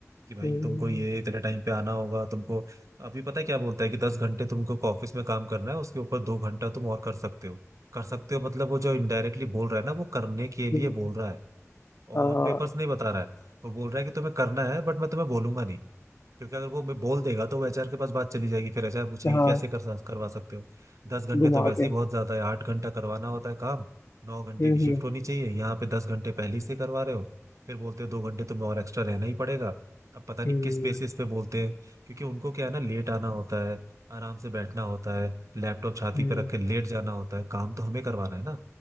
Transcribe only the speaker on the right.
कि भाई
तुमको ये इतने टाइम पे आना होगा तुमको अभी पता है क्या बोलता है कि दस घंटे तुमको ऑफिस में काम करना है उसके ऊपर दो घंटा तुम और कर सकते हो कर सकते हो मतलब वो जो इनडायरेक्टली बोल रहा है ना वो करने के
लिए बोल रहा है
ऑन पेपर्स नहीं बता रहा है वो बोल रहा है कि तुम्हें करना है बट मैं तुम्हें बोलूंगा नहीं क्योंकि अगर वो मैं बोल देगा तो वो एचआर के पास बात चली जाएगी फिर एचआर पूछेगी
कैसे कर सक- करवा सकते हो दस घंटे
तो वैसे
ही बहुत ज्यादा है आठ घंटा करवाना होता है काम नौ घंटे
की शिफ्ट
होनी चाहिए यहाँ पे दस घंटे पहले ही से करवा रहे हो फिर बोलते हो दो घंटे तुम्हें और एक्स्ट्रा रहना ही पड़ेगा अब पता नहीं
किस बेसिस पे बोलते हैं क्योंकि उनको क्या है ना लेट आना होता है आराम से बैठना होता है लैपटॉप छाती
पे रख के लेट जाना होता है काम तो हमें करवाना है ना